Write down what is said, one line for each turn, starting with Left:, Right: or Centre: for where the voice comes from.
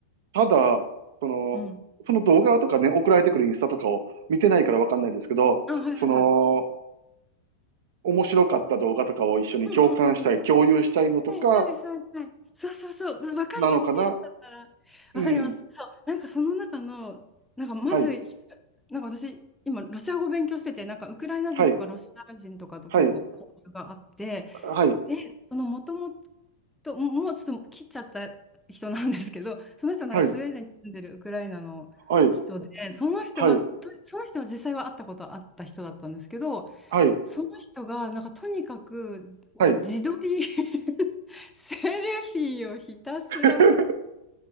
Right: ただ、その、
Centre: うん。うん。
Right: その動画とかね、送られてくるインスタとかを見てないからわかんないですけど、
Centre: あ、はいはいはい。
Right: その、面白かった動画とかを一緒に共感したい、
Centre: うんうんうんうん。
Right: 共有したいのとか、
Centre: はいはいはいはい。そうそうそう。わかりやすいやつだったら。
Right: なのかなうん。
Centre: わかります。そう。なんかその中の、なんかまずひ、
Right: はい、
Centre: なんか私、今、ロシア語勉強してて、なんかウクライナ人とかロシア人とかと結構交流があって、
Right: はい、はい、はい、
Centre: で、そのもともと、ももうちょっと切っちゃった人なんですけど、その人はなんかスウェーデンに住んでるウクライナの人で、
Right: はい、はい、
Centre: その人は、
Right: はい、
Centre: とその人は実際は会ったことあった人だったんですけど、
Right: は
Centre: その人が、なんかとにかく、なんか自撮り
Right: い、はい、
Centre: <laughs> セルフィーをひたすら送っ
Right: <laughs>